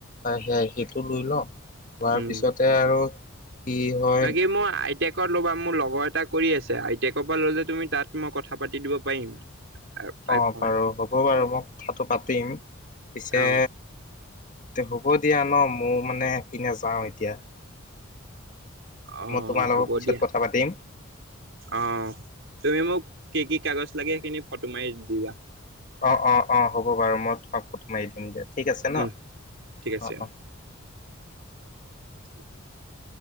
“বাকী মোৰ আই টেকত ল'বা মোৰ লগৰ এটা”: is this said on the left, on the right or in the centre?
Right